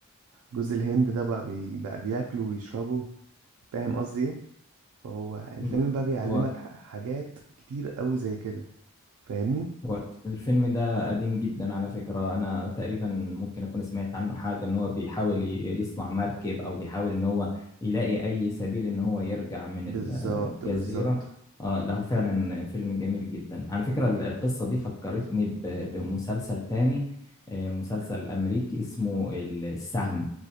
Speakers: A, on the right (about 85°); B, on the left (about 15°).
A: جوز الهند ده بقى بي بقى بياكله ويشربه فاهم قصدي إيه؟ فهو الفيلم
B: بالظبط.
A: بقى بيعلمك
B: هو
A: ح- حاجات كتير قوي زي كده فاهمني
B: هو الفيلم ده قديم جدا على فكرة أنا تقريبا ممكن أكون سمعت عنه حاجة إن هو بيحاول ي- يصنع مركب أو بيحاول إن هو يلاقي أي سبيل إن هو يرجع من
A: بالظبط
B: الجزيرة
A: بالظبط
B: آه له فعلا فيلم جميل جدا على فكرة ال- القصة دي فكرتني ب- بمسلسل تاني آه، مسلسل أمريكي اسمه ال- السهم